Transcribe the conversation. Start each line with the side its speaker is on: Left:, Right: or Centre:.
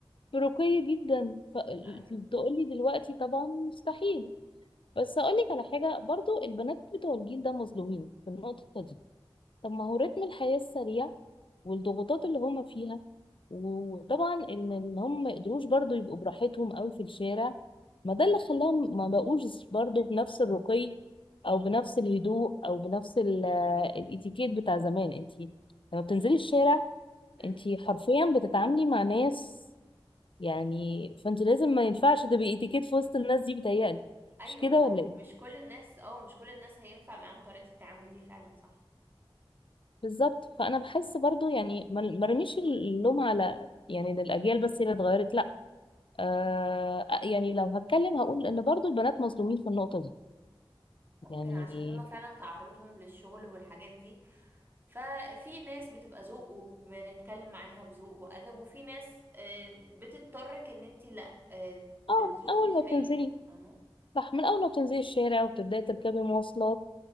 Left: رقي جدا فتقولي
Right: ايوه
Left: دلوقتي طبعا مستحيل بس اقول لك على حاجة برضو البنات بتوع الجيل ده مظلومين في النقطة دي طب ما هو رتم الحياة السريع والضغوطات اللي هما فيها وطبعا ان إن هم ما قدروش برضو يبقوا براحتهم قوي في الشارع ما ده اللي خلاهم ما بقوش برضو بنفس الرقي او بنفس الهدوء او بنفس ال- الاتيكيت بتاع زمان انت لما بتنزلي الشارع
Right: امم
Left: انت حرفيا بتتعاملي مع ناس يعني فانت لازم ما ينفعش تبقي اتيكيت في وسط الناس دي بتهيألي
Right: ايوه
Left: مش كده
Right: صح
Left: ولا ايه
Right: مش كل الناس اه مش كل الناس هينفع معاهم طريقه التعامل دي فعلا صح
Left: بالظبط فانا بحس برضو يعني ما ما رميش اللوم على يعني للاجيال بس اللي اتغيرت لا آه يعني لو هتكلم هقول ان برضو البنات مظلومين في النقطه دي
Right: ممكن
Left: يعني
Right: عشان هما فعلا تعرضهم للشغل والحاجات دي ففي ناس بتبقى ذوق وبنتكلم معاها بذوق وأدب وفي ناس آه، بتضطرك ان انتي لا آه،
Left: اه
Right: الذوق
Left: اول
Right: مش
Left: ما بتنزلي
Right: هينفع فاهمة
Left: صح من اول ما بتنزلي الشارع وبتبداي تركبي مواصلات